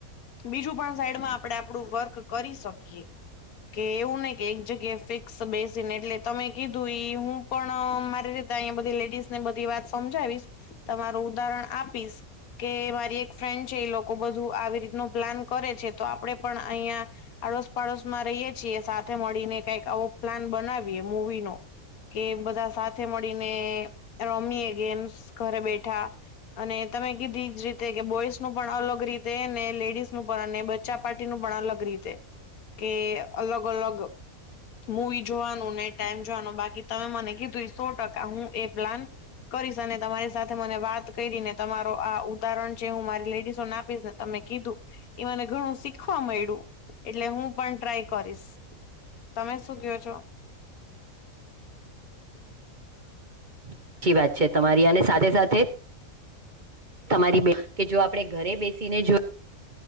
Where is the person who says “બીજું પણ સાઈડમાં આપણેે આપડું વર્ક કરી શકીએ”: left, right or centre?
Left